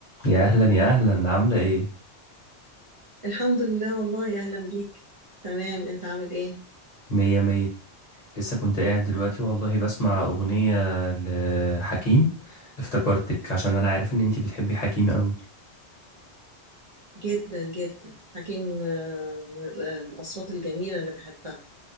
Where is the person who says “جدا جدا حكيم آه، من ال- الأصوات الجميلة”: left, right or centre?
Right